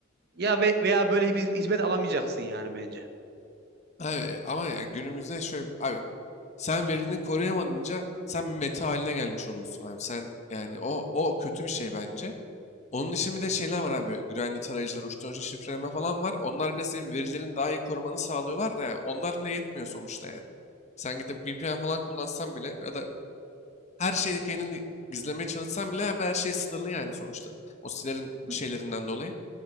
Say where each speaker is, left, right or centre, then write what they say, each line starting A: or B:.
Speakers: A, on the right; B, on the left.
A: ya ve, veya böyle bir hizmet alamayacaksın yani bence.
B: Abi, ama ya günümüzde şöyle bir- abi sen verini koruyamadınca sen bir meta haline gelmiş oluyorsun abi. Sen yani o o kötü bir şey bence. Onun için bir de şeyler var abi. Güvenli tarayıcılar, uçtan uca şifreleme falan var. Onlar yine senin verilerini daha iyi korumanı sağlıyorlar da yani. Onlar bile yetmiyor sonuçta yani. Sen gidip VPN falan kullansan bile ya da her şeyi kendini gizlemeye çalışsan bile abi her şey sınırlı yani sonuçta. O sitelerin
A: Hı,
B: şeylerinden dolayı.